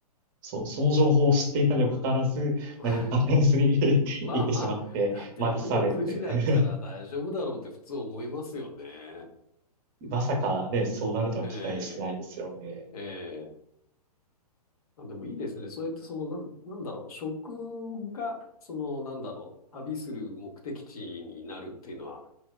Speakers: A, on the right; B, on the left.
A: そう、その情報を知っていたにもかかわらず、
B: う。えはい。
A: 何も関係ずに <laughs>
B: まあまあ、
A: 行ってしまって、
B: だって夜の9時だったら大丈夫だろうって普通思いますよね。
A: 待たされるというまさかね、そうなるとは期待してないですよね。
B: ええ、ええ。あ、でもいいですね。そうやってその、なん、なんだろう、食が、その、なんだろう、旅する目的地になるっていうのは